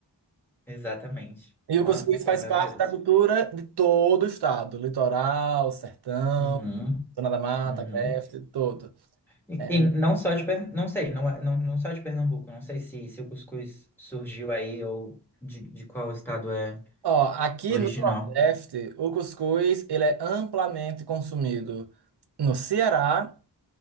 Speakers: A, in the centre; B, on the right (about 65°).
A: Exatamente.
B: E o
A: Nossa,
B: cuscuz
A: foi
B: faz
A: maravilhoso.
B: parte da cultura de todo o estado, litoral, sertão,
A: Uhum,
B: zona da mata,
A: uhum.
B: agreste, todo.
A: E,
B: É,
A: e não só de, Per- não sei, não, é- não, não só de Pernambuco, não sei se, se o cuscuz surgiu aí ou de, de qual estado é
B: Ó, aqui
A: original.
B: no Nordeste, o cuscuz ele é amplamente consumido no Ceará,